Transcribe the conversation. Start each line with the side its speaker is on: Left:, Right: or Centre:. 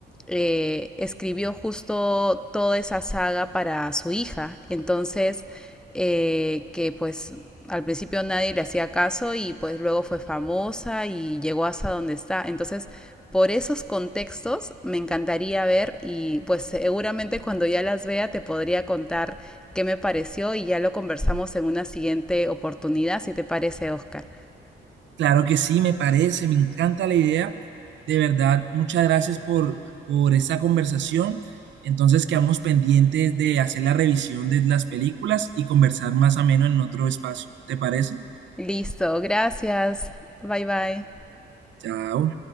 Centre: eh, escribió justo toda esa saga para su hija. Entonces, eh, que pues al principio nadie le hacía caso y pues luego fue famosa y llegó hasta donde está. Entonces, por esos contextos me encantaría ver y pues seguramente cuando ya las vea te podría contar qué me pareció y ya lo conversamos en una siguiente oportunidad, si te parece, Oscar.
Right: Claro que sí, me parece, me encanta la idea. De verdad, muchas gracias por, por esta conversación. Entonces quedamos pendientes de hacer la revisión de las películas y conversar más ameno en otro espacio. ¿Te parece?
Centre: Listo, gracias. Bye bye.
Right: Chao.